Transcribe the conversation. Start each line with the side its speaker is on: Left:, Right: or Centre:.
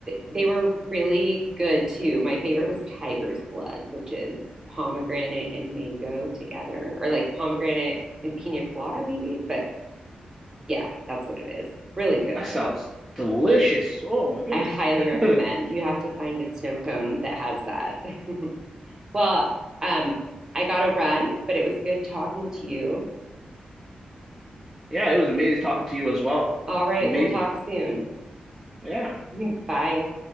Right: they were really good too. My favorite was Tiger's Blood, which is pomegranate and mango together, or like pomegranate and pina colada maybe. But yeah, that's what it is. Really good
Centre: that sounds
Right: though.
Centre: delicious. Oh my goodness.
Right: I highly
Centre: <laughs>
Right: recommend. You have to find a snow cone that has that. <laughs> Well, um, I got to run, but it was good talking to you.
Centre: Yeah, it was amazing talking to you as well.
Right: All right,
Centre: Amazing.
Right: we'll talk soon.
Centre: Yeah.
Right: <laughs> Bye.